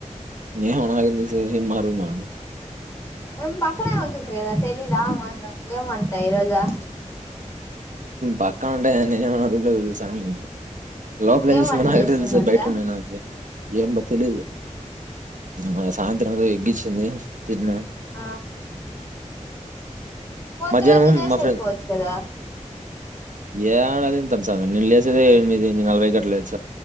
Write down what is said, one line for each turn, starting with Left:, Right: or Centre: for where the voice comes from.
Right: ఏమో నాకేం తెలుసు ఏ మారుమా
Left: ఏం పక్కనే ఉంటుంది కదా తెలీదా ఆ మాత్రం ఏమనీ డైరజా
Right: పక్కనుంటే నేనేమైనా రూమ్ లోకి పోయి చూస్తనేంది లోపలేం
Left: ఏం
Right: చేస్తుందో
Left: వంట
Right: నాకెట్ట
Left: చేస్తుందంట
Right: తెలుస్తాది బయటుండే నాకి ఎం తెలిదు మాకు సాయంత్రం ఏదో ఎగ్ ఇచ్చింది తిన్న
Left: ఆ పోధునే
Right: మధ్యాహ్నం
Left: తినేసి
Right: మా
Left: వెళ్ళిపోచ్చు
Right: ఫ్రెండ్
Left: కదా
Right: ఏడ తింటాం సమీ నేను లేసేది ఎనిమిది నలభై గట్లా లేచ